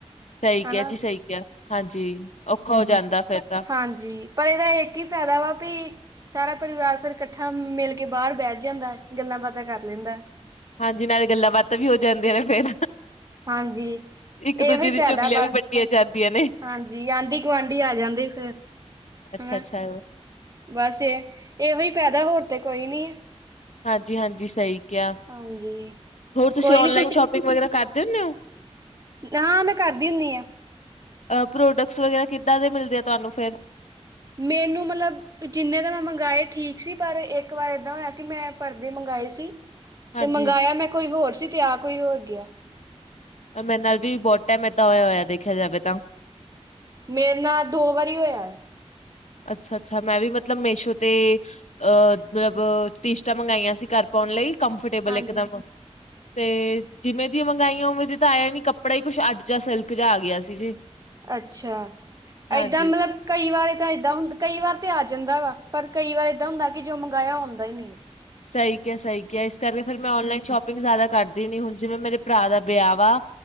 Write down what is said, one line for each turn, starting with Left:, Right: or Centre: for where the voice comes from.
Left: ਸਈ ਕਿਹਾ
Right: ਹਨਾ
Left: ਜੀ, ਸਈ ਕਿਆ। ਹਾਂਜੀ, ਔਖਾ ਹੋ ਜਾਂਦਾ ਫਿਰ ਤਾਂ।
Right: ਹਾਂਜੀ ਪਰ ਇਹਦਾ ਇੱਕ ਹੀ ਫਾਇਦਾ ਵਾ ਪੀ, ਸਾਰਾ ਪਰਿਵਾਰ ਫੇਰ ਕੱਠਾ ਮਿਲ ਕੇ ਬਾਹਰ ਬੈਠ ਜਾਂਦਾ, ਗੱਲਾਂ ਬਾਤਾਂ ਕਰ ਲੈਂਦਾ।
Left: ਹਾਂਜੀ ਨਾਲੇ ਗੱਲਾਂ ਬਾਤਾਂ ਵੀ ਹੋ ਜਾਂਦੀਆਂ ਨੇ ਫੇਰ
Right: ਹਾਂਜੀ
Left: ਇੱਕ-ਦੂਜੇ
Right: ਇਹ ਵੀ ਫਾਇਦਾ
Left: ਦੀ ਚੁਗਲੀਆਂ
Right: ਬਸ
Left: ਵੀ ਵੱਟੀਆਂ ਜਾਂਦੀਆਂ ਨੇ
Right: ਹਾਂਜੀ, ਆਂਢੀ-ਗੁਆਂਢੀ ਆ ਜਾਂਦੇ, ਫਿਰ
Left: ਅੱਛਾ-ਅੱਛਾ
Right: ਹੂੰ ਵੈਸੇ, ਇਹ ਵੀ ਫਾਇਦਾ ਹੋਰ ਤੇ ਕੋਈ ਨੀ ਐ।
Left: ਹਾਂਜੀ, ਹਾਂਜੀ, ਸਹੀ ਕਿਹਾ।
Right: ਹਾਂਜੀ।
Left: ਹੋਰ ਤੁਸੀਂ
Right: ਕੋਈ
Left: ਔਨਲਾਈਨ
Right: ਨੀ
Left: ਸ਼ੋਪਿੰਗ ਵਗੈਰਾ ਕਰ? ਦੇ ਹੁਣੇ ਓ
Right: ਆ ਮੈਂ ਕਰਦੀ ਹੁੰਨੀਂ ਐ
Left: ਅ ਪ੍ਰੋਡਕਸ ਵਗੈਰਾ ਕਿੱਦਾਂ ਦੇ ਮਿਲਦੇ ਆ ਤੁਹਾਨੂੰ ਫਿਰ?
Right: ਮੈਨੂੰ ਮਤਲਬ, ਜਿੰਨੇ ਤਾਂ ਮੈਂ ਮੰਗਾਏ, ਠੀਕ ਸੀ, ਪਰ ਇੱਕ ਵਾਰ ਏਦਾਂ ਹੋਇਆ ਕਿ ਮੈਂ ਪਰਦੇ ਮੰਗਾਏ ਆਏ ਸੀ
Left: ਹਾਂਜੀ,
Right: ਤੇ ਮੰਗਾਇਆ ਮੈਂ ਕੋਇ ਹੋਰ ਸੀ ਤੇ ਆ ਕੋਇ ਹੋਰ ਗਿਆ
Left: ਐ, ਮੇਰੇ ਨਾਲ ਵੀ ਬਹੁਤ ਟਾਈਮ ਏਦਾਂ ਹੋਇਆ ਹੋਇਆ। ਦੇਖਿਆ ਜਾਵੇ ਤਾਂ
Right: ਮੇਰੇ ਨਾਂ ਦੋ ਵਾਰੀ ਹੋਇਆ
Left: ਅੱਛਾ ਅੱਛਾ, ਮੈਂ ਵੀ ਮਤਲਬ ਮੇਸ਼ੋ ਤੇ ਅਹ ਮਤਲਬ ਟੀਸ਼ਟਾਂ ਮੰਗਾਈਆਂ ਸੀ, ਘਰ ਪਾਉਣ ਲਈ। ਕੰਮਫ੍ਰਟੇਬਲ
Right: ਹਾਂਜੀ।
Left: ਇੱਕਦਮ ਤੇ ਜਿਵੇਂ ਦੀ ਮੰਗਾਈਆਂ ਉਵੇਂ ਦੀ ਤਾਂ ਆਇਆ ਨੀ ਕੱਪੜਾ ਹੀ ਕੁਛ ਆੜ ਜਾ ਸਿਲਕ ਜਾ ਆ ਗਿਆ ਸੀ ਜੀ
Right: ਅੱਛਾ
Left: ਹਾਂਜੀ,
Right: ਇਦਾ ਮਤਲਬ ਕਈ ਵਾਰ ਤਾਂ ਏਦਾਂ ਹੁੰ, ਕਈ ਵਾਰ ਤੇ ਆ ਜਾਂਦਾ ਵਾ, ਪਰ ਕਈ ਵਾਰ ਏਦਾਂ ਹੁੰਦਾ ਕਿ ਜੋ ਮੰਗਾਇਆ ਉਹ ਆਉਂਦਾ, ਈ ਨੀ
Left: ਸਹੀ ਕਿਹਾ, ਸਹੀ ਕਿਹਾ। ਇਸ ਕਰਕੇ ਫਿਰ ਮੈਂ ਔਨਲਾਈਨ ਸ਼ੋਪ। ਪੀਂਗ ਜ਼ਿਆਦਾ ਕਰਦੀ ਨੀ ਹੁਣ। ਜਿਵੇਂ ਮੇਰੇ ਭਰਾ ਦਾ ਵਿਆਹ ਵਾ,